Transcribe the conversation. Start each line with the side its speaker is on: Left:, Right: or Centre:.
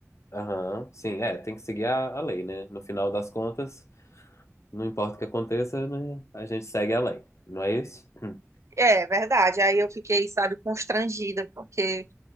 Left: Aham, sim, é, tem que seguir a, a lei, né? No final das contas, não importa o que aconteça, né? A gente segue a lei, não é isso? Hum.
Right: É verdade. Aí eu fiquei, sabe, constrangida, porque